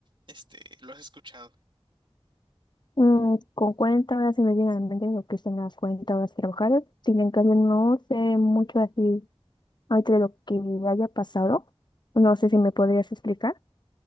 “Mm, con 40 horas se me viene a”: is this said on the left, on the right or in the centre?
Left